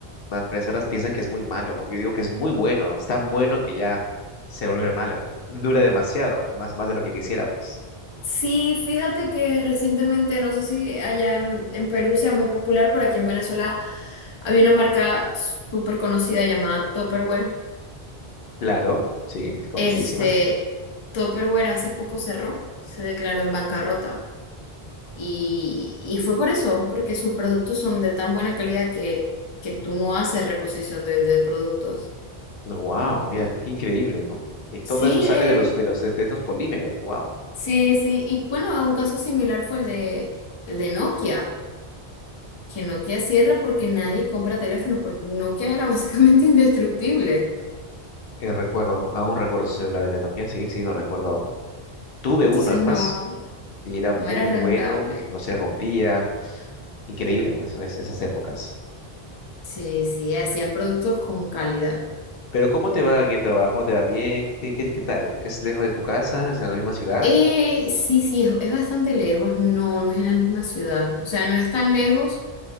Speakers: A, on the left (about 70°); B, on the left (about 30°).
A: las personas piensan que es muy malo, ¿no? Yo digo que es muy bueno, ¿no? Es tan bueno que ya se vuelve malo, ¿no? Dura demasiado, más, más de lo que quisiéramos.
B: Mm. Sí, fíjate que recientemente, no sé si allá en, en Perú sea muy popular, pero aquí en Venezuela había una marca súper conocida llamada Tupperware
A: Claro, sí, es conocidísima.
B: Este, Tupperware hace poco cerró, se declaró en bancarrota. Y, y fue por eso, porque sus productos son de tan buena calidad que, que tú no haces reposición de, de productos.
A: Wow, mira
B: Y
A: tú qué increíble, ¿no? Y todo
B: sí,
A: eso sale
B: eh,
A: de los de los de estos polímeros. Wow.
B: sí, sí. Y bueno, un caso similar fue el de, el de Nokia, que Nokia cierra porque nadie compra teléfonos, porque Nokia era básicamente <laughs> indestructible.
A: Eh, recuerdo, aún recuerdo esos celulares de Nokia, sí, sí, lo recuerdo aún. Tuve
B: Entonces
A: uno, es
B: no,
A: más, y era muy
B: no era
A: muy
B: rentable.
A: bueno, no se rompía. Increíble, ¿no? Esas, esas épocas.
B: Sí, sí, hacían productos con calidad.
A: Pero ¿cómo te va en el trabajo? ¿Te va bien? ¿Qué qué qué tal? ¿Es lejos de tu casa? ¿Es en la misma ciudad?
B: Eh, sí, sí, es, es bastante lejos, no, no es en la misma ciudad, o sea, no es tan lejos